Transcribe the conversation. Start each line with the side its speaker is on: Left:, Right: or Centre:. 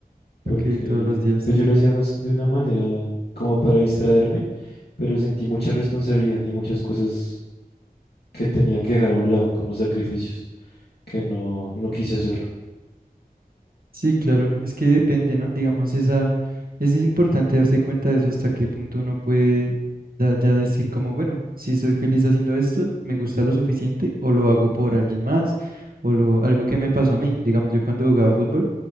Left: porque
Right: Ok, todos los días,
Left: pues
Right: sí.
Left: yo lo hacía más de una manera como para distraerme, pero sentí mucha responsabilidad y muchas cosas que tenía que dejar a un lado como sacrificios, que no, no quise hacerlo.
Right: Sí, claro, es que depende, ¿no? Digamos, esa, es es importante darse cuenta de eso hasta qué punto uno puede da- ya decir como, bueno, si soy feliz haciendo esto, me gusta lo suficiente o lo hago por alguien más o lo, algo que me pasó a mí. Digamos, yo cuando jugaba fútbol,